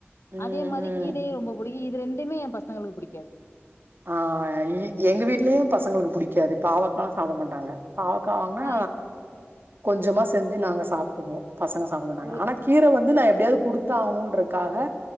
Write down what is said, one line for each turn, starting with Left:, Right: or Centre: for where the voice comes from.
Right: ம்
Left: அதே மாதிரி
Right: ம்
Left: கீரையும் ரொம்ப பிடி இது ரெண்டுமே என் பசங்களுக்கு பிடிக்காது
Right: ஆஹ எங்க வீட்லயும் பசங்களுக்கு பிடிக்காது பாவக்கல்லாம் சாப்பிட மாட்டாங்க பாவக்கா வாங்கன்னா
Left: நா
Right: கொஞ்சமா செஞ்சு நாங்க சாப்பிட்டுவோம் பசங்க சாப்பிட மாட்டாங்க
Left: ஒரு
Right: ஆனா கீரை வந்து நா எப்படியாவது கொடுத்தாகணுன்றக்காக